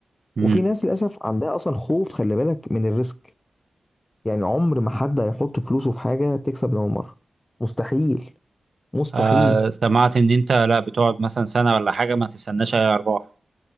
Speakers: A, on the right; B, on the left.
A: مم.
B: وفي ناس للأسف عندها أصلا خوف خلي بالك من الريسك يعني عمر ما حد هيحط فلوسه في حاجة تكسب من أول مرة مستحيل مستحيل
A: آه سمعت ان انت لا بتقعد مثلا سنة ولا حاجة ما تستناش اي ارباح